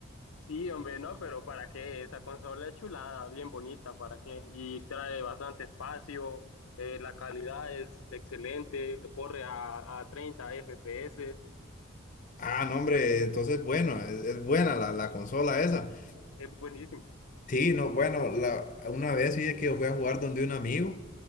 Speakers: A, on the left (about 85°); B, on the left (about 40°).
A: Sí, hombre, no, pero ¿para qué? Esa consola es chulada, bien bonita, ¿para qué? Y trae bastante espacio, eh, la calidad es excelente, corre a, a 30 FPS,
B: Ah, no, hombre, entonces, bueno, es, es buena la, la consola esa.
A: es buenísimo.
B: Sí, no, bueno, la, una vez fíjate que yo fui a jugar donde un amigo